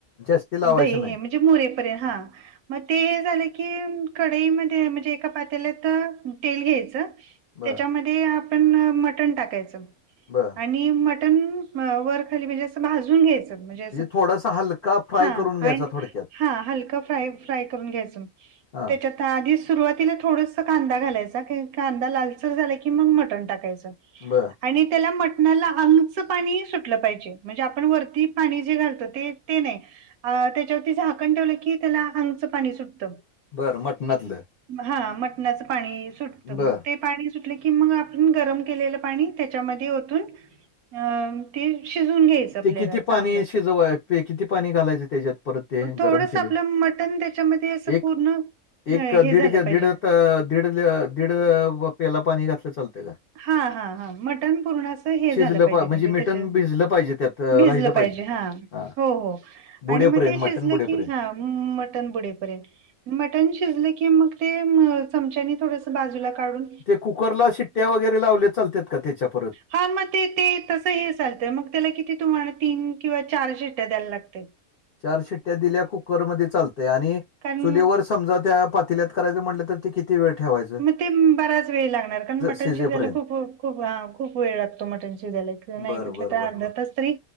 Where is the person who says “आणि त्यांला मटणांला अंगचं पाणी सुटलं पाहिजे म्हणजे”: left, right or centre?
Right